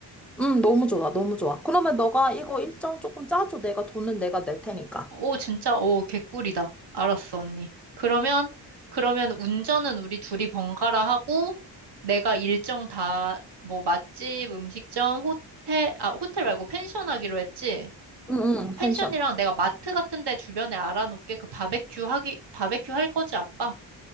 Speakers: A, in the centre; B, on the right.
A: 응 너무 좋아, 너무 좋아. 그러면 너가 이거 일정 조금 짜줘. 내가 돈은 내가 낼 테니까.
B: 오, 진짜? 오, 개꿀이다. 알았어, 언니. 그러면, 그러면 운전은 우리 둘이 번갈아 하고, 내가 일정 다, 뭐, 맛집, 음식점, 호텔, 아, 호텔 말고 펜션 하기로 했지?
A: 응, 응,
B: 펜션이랑
A: 펜션.
B: 내가 마트 같은 데 주변에 알아놓게 그 바베큐 하기, 바베큐 할 거지, 아빠?